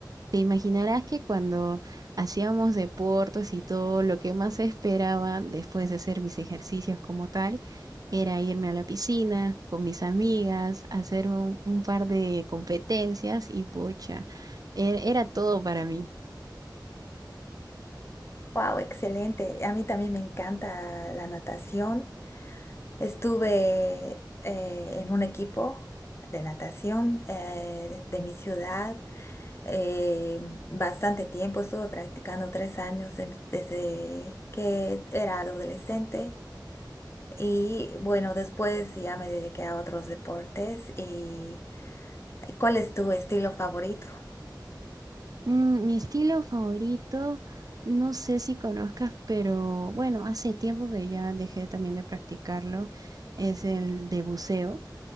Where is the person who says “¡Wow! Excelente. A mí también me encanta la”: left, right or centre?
Left